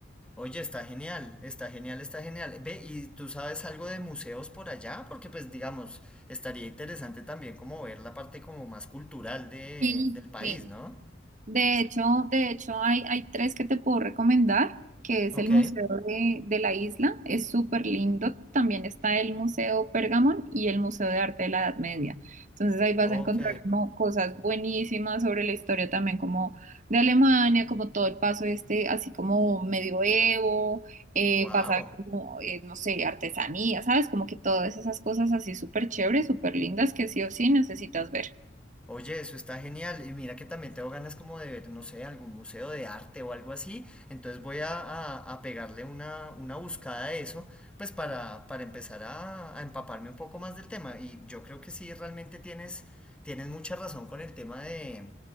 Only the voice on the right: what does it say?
Sí,
sí.
De hecho, de hecho hay, hay tres que te puedo recomendar, que es
el Museo de, de la Isla, es súper lindo. También está el Museo Pergamon y el Museo de Arte de la Edad Media. Entonces ahí vas
a encontrar como cosas buenísimas sobre la historia también como de Alemania, como todo el paso este, así como medioevo, eh,
vas a ver como, eh, no sé, artesanía, ¿sabes? Como que todas esas cosas así súper chéveres, súper lindas que sí o sí necesitas ver.